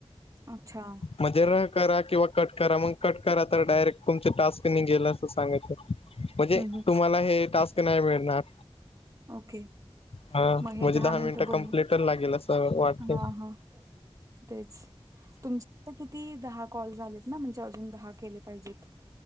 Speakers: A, on the right; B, on the left.
A: अच्छा!
B: म्हणजे र करा किंवा कट करा मग कट करा, तर डायरेक्ट तुमचे टास्क नि गेल असं सांगत. म्हणजे
A: हं हं.
B: तुम्हाला हे टास्क नाही मिळणार.
A: ओके.
B: हा
A: मग हे
B: म्हणजे
A: दहा मिनिट
B: मिनिटं
A: बोलले.
B: कंप्लीट लागेल असं वाटते
A: हा हा तेच, तुमच्या किती दहा कॉल झालेत ना, म्हणजे अजून दहा केले पाहिजेत.